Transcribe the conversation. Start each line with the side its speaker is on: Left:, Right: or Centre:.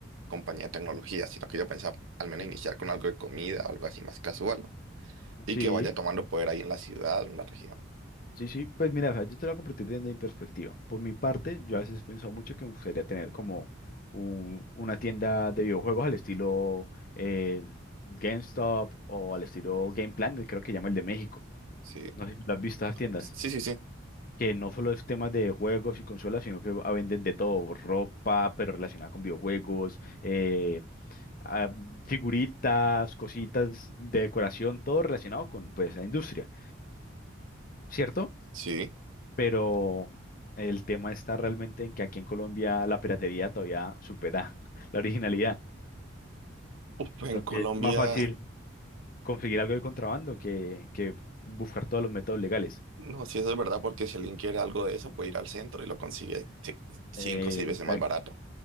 Right: compañía de tecnología, sino que yo pensaba al menos
Left: lo entiendo.
Right: iniciar con algo de comida, algo así más casual, ¿no? y
Left: Sí.
Right: que vaya tomando poder ahí en la ciudad o en la región.
Left: Sí, sí, pues mira, o sea, yo te lo voy a compartir desde mi perspectiva. Por mi parte, yo a veces he pensado mucho que me gustaría tener como un- una tienda de videojuegos al estilo eh, GameStop o al estilo Game Planet, creo que llama el de México.
Right: Sí,
Left: No sé si lo has visto esas tiendas,
Right: sí, sí, sí,
Left: que no solo es temas de juegos y consolas, sino que ah, venden de todo, ropa, pero relacionada con videojuegos, eh, ah, figuritas, cositas de decoración, todo relacionado con pues, la industria, ¿cierto?
Right: sí.
Left: pero el tema está realmente en que aquí en Colombia la piratería todavía supera <laughs> la originalidad.
Right: Uf, pues
Left: Entonces
Right: en Colombia,
Left: es más fácil conseguir algo de contrabando que, que buscar todos los métodos legales.
Right: no, sí, eso es verdad, porque si alguien quiere algo de eso, puede ir al centro y lo consigue sí, cinco
Left: Eh,
Right: o seis veces
Left: exacto.
Right: más barato.